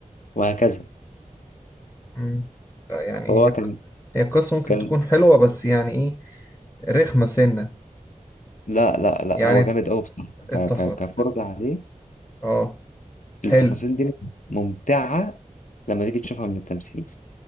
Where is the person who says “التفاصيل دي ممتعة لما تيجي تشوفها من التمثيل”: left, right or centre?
Left